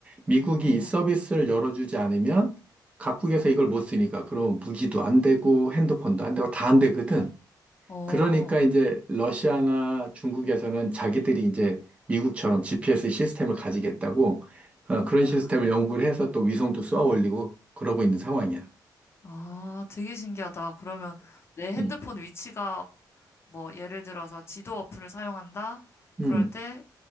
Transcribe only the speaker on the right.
미국이
이 서비스를 열어주지 않으면 각국에서
이걸 못 쓰니까, 그럼 무기도 안 되고, 핸드폰도 안 되고, 다 안 되거든.
그러니까 이제 러시아나 중국에서는 자기들이 이제 미국처럼 GPS 시스템을 가지겠다고, 어, 그런
시스템을 연구를 해서 또 위성도 쏘아 올리고, 그러고 있는 상황이야.
음,
음,